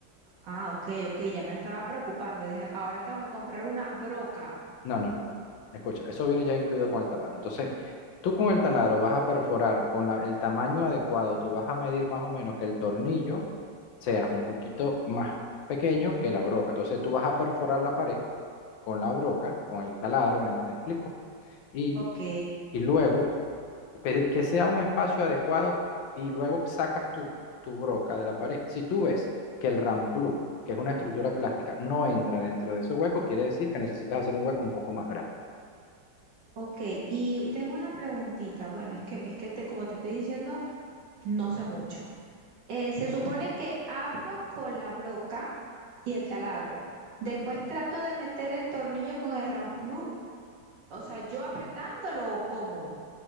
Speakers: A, on the right; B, on the left.
A: Ah, ok, ok, ya me estaba preocupando. Dije, ahora tengo que comprar una broca.
B: No, no, no, no. Escucha, eso viene ya incluido con el taladro. Entonces, tú con el taladro vas a perforar con la- el tamaño adecuado, tú vas a medir más o menos que el tornillo sea un poquito más pequeño que la broca. Entonces, tú vas a perforar la pared con la broca, con el taladro, ¿me, me explico? Y,
A: Ok,
B: y luego, que que sea un espacio adecuado y luego sacas tu, tu broca de la pared. Si tú ves que el ramplú, que es una estructura plástica, no entra dentro de ese hueco, quiere decir que necesitas hacer un hueco un poco más grande.
A: ok. Y tengo una preguntita. Bueno, es que, es que te, como te estoy diciendo, no sé mucho. Eh, se supone que abro con la broca y el taladro. Después trato de meter el tornillo con el ramplú. O sea, yo apretándolo o cómo.